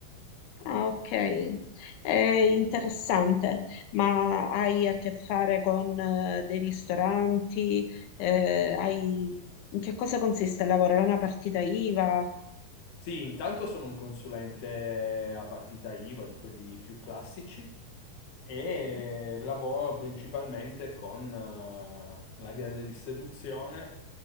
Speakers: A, on the left; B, on the left.
A: ah, ok, è interessante, ma hai a che fare con eh, dei ristoranti? Eh, hai... In che cosa consiste il lavoro? È una partita IVA?
B: Sì, intanto sono un consulente a partita IVA di quelli più classici e
A: Mhm.
B: lavoro principalmente con eh, la grande distribuzione